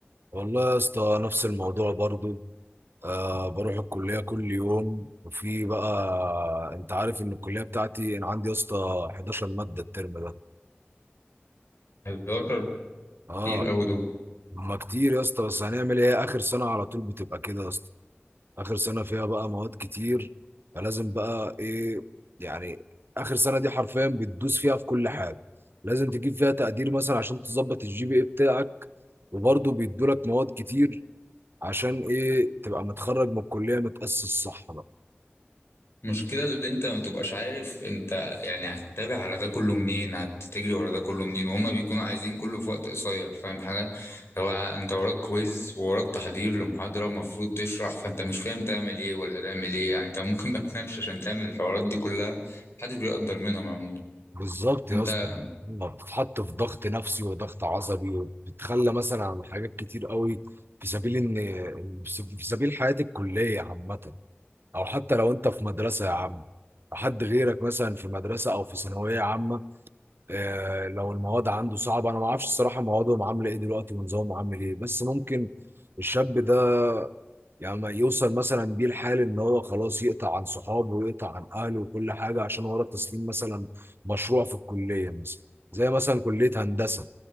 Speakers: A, on the right (about 60°); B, on the left (about 75°).
A: والله يا اسطى نفس الموضوع برضو آه بروح الكليه كل يوم وفي بقى انت عارف ان الكليه بتاعتي انا عندي يا اسطى 11 ماده الترم ده
B: بيوتر
A: اه
B: كتير أوي دول
A: هما كتير يا اسطى بس هنعمل ايه اخر سنه على طول بتبقى كده يا اسطى اخر سنه فيها بقى مواد كتير فلازم بقى ايه يعني اخر سنه دي حرفيا بتدوس فيها في كل حاجه لازم تجيب فيها تقدير مثلا عشان تظبط الجي بي اي بتاعك وبرضه بيدولك مواد كتير عشان ايه تبقى متخرج من الكليه متاسس صح بقى
B: المشكلة اللي انت ما بتبقاش عارف انت يعني هتتابع على ده كله منين هتجري ورا ده كله منين وهما بيكونوا عايزين كله في وقت قصير فاهم حاجة هو انت وراك كويز ووراك تحضير لمحاضرة ومفروض تشرح فانت مش فاهم تعمل ايه ولا تعمل ايه يعني انت ممكن ما تنامش عشان تعمل الحوارات دي كلها محدش بيقدر منهم عموما
A: بالظبط
B: انت
A: يا اسطى ما بتتحط في ضغط نفسي وضغط عصبي وبتتخلى مثلا عن حاجات كتير قوي في سبيل ان في سبيل حياه الكليه عامه او حتى لو انت في مدرسه يا عم حد غيرك مثلا في مدرسه او في ثانويه عامه آه لو المواد عنده صعبه انا ما اعرفش الصراحه موادهم عامله ايه دلوقتي ونظامهم عامل ايه بس ممكن الشاب ده يعني ما يوصل مثلا بيه الحال ان هو خلاص يقطع عن صحابه ويقطع عن اهله وكل حاجه عشان ورا تسليم مثلا مشروع في الكليه مثلا زي مثلا كليه هندسه